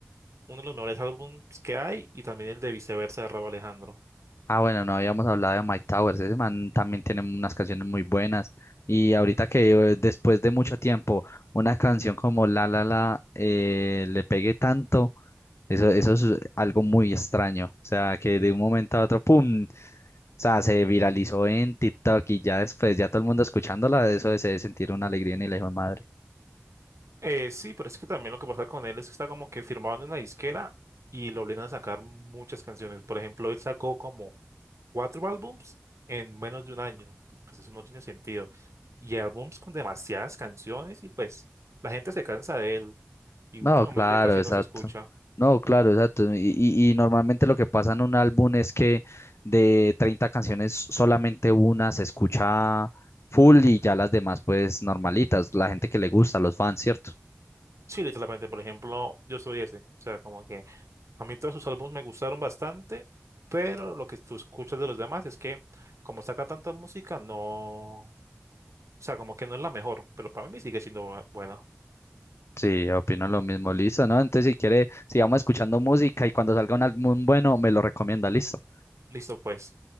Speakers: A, on the right (about 85°); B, on the left (about 70°).
A: uno de los mejores álbumes que hay y también el de Viceversa de Rauw Alejandro.
B: Ah, bueno, no habíamos hablado de Mike Towers. Ese man también tiene unas canciones muy buenas. Y ahorita que eh, después de mucho tiempo una canción como La La La eh, le pegue tanto, eso, eso es algo muy extraño. O sea, que de un momento a otro, ¡pum! O sea, se viralizó en TikTok y ya después, ya todo el mundo escuchándola, eso de se sentir una alegría en el hijo de madre.
A: Eh, sí, pero es que también lo que pasa con él es que está como que firmado en una disquera y lo obligan a sacar muchas canciones. Por ejemplo, él sacó como cuatro álbums en menos de un año. y Pues eso no tiene sentido. Y álbums con demasiadas canciones y pues la gente se cansa de él y
B: No,
A: últimamente
B: claro,
A: casi
B: exacto.
A: no se escucha.
B: No, claro, exacto. Y, y- y normalmente lo que pasa en un álbum es que de 30 canciones solamente una se escucha full y ya las demás pues normalitas, la gente que le gusta, los fans, ¿cierto?
A: Sí, literalmente, por ejemplo, yo soy ese. O sea, como que a mí todos sus álbumes me gustaron bastante, pero lo que tú escuchas de los demás es que como saca tanta música, no sea, como que no es la mejor, pero para mí sigue siendo bu- buena.
B: Sí, opino lo mismo, listo, ¿no? Entonces si quiere, sigamos escuchando música y cuando salga un álbum bueno, me lo recomienda, listo.
A: Listo, pues.